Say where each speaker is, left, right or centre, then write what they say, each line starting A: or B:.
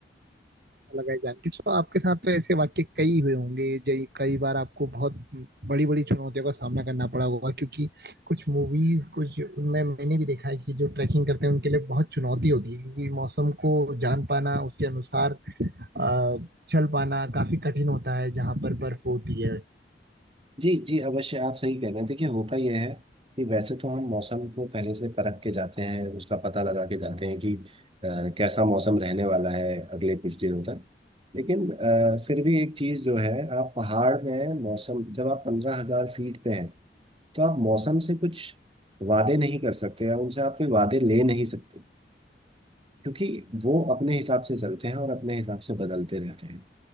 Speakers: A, on the right; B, on the right.
A: अच्छा लगा ये जान के सो आपके साथ तो ऐसे वाक्य कई हुए होंगे जय कई बार आपको बहुत बड़ी बड़ी चुनौतियों का सामना करना पड़ा होगा क्योंकि कुछ मूवीज कुछ उनमें मैंने भी देखा है कि जो ट्रैकिंग करते हैं उनके लिए बहुत चुनौती होती है क्योंकि मौसम को जान पाना उसके अनुसार अ, चल पाना काफी कठिन होता है जहाँ पर बर्फ होती है
B: जी जी अवश्य आप सही कह रहे हैं देखिए होता यह है कि वैसे तो हम मौसम को पहले से परख के जाते हैं उसका पता लगा के जाते हैं कि अ, कैसा मौसम रहने वाला है अगले कुछ दिनों तक लेकिन अ, फिर भी एक चीज़ जो है आप पहाड़ में मौसम जब आप पंद्रह हजार फीट पे हैं तो आप मौसम से कुछ वादे नहीं कर सकते या उनसे आप कोई वादे ले नहीं सकते क्योंकि वो अपने हिसाब से चलते हैं और अपने हिसाब से बदलते रहते हैं